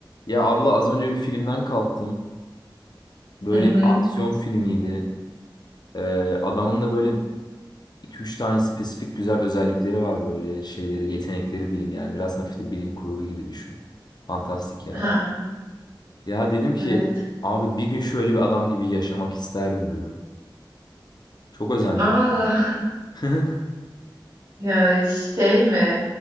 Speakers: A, on the left (about 55°); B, on the right (about 55°).
A: Ya abla az önce bir filmden kalktım. Böyle
B: Hı hı.
A: bir aksiyon filmiydi. Ee, adamın da böyle iki üç tane spesifik güzel özellikleri var böyle şeyleri, yetenekleri diyeyim yani. Biraz hafif de bilim kurgu gibi düşün. Fantastik yani.
B: Ha,
A: Ya dedim ki
B: evet.
A: abi bir gün şöyle bir adam gibi yaşamak isterdim dedim. Çok özendim.
B: Aa,
A: <laughs>
B: <laughs> ya şey mi?